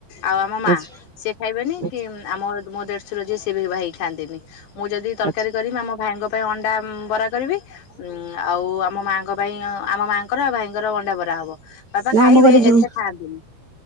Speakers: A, on the left; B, on the right.
A: ଆଉ ଆମ ମା
B: ଆଚ୍ଛା
A: ସେ ଖାଇବେନି
B: ଆଚ୍ଛା
A: କି ଆମ ମୋ ଦେଢସୁର ଯିଏ ସେ ବି ଭାଇ ଖାନ୍ତିନି ମୁଁ ଯଦି ତରକାରୀ
B: ଆଚ୍ଛା।
A: କରିବି ଆମ ଭାଇଙ୍କ ପାଇଁ ଅଣ୍ଡା ବରା କରିବି ଉ ଆଉ ଆମ ମାଙ୍କ ପାଇଁ ଆମ ମା ଙ୍କର ଆଉ ଭାଇ ଙ୍କର ଅଣ୍ଡା ବରା ହବ। ବାପା
B: ନା
A: ଖାଇବେ
B: ଆମ ଘରେ ଯୋଉ
A: ଏତେ ଖାଆନ୍ତିନି